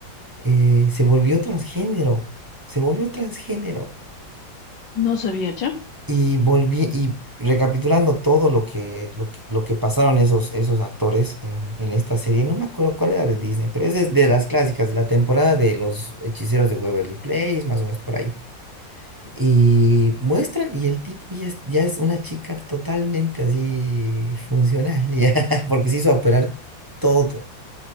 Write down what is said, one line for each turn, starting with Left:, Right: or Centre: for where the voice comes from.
Right: eh, se volvió transgénero, se volvió transgénero.
Left: No sabía, ¿che?
Right: Y volví, y recapitulando todo lo que, lo que, lo que pasaron esos, esos actores en, en esta serie, no me acuerdo cuál era de Disney, pero es de, de las clásicas, de la temporada de los hechiceros de Waverly Place, más o menos por ahí. Y muestran, y el tipo ya es, ya es una chica totalmente así funcional, <laughs> ya, porque se hizo operar todo.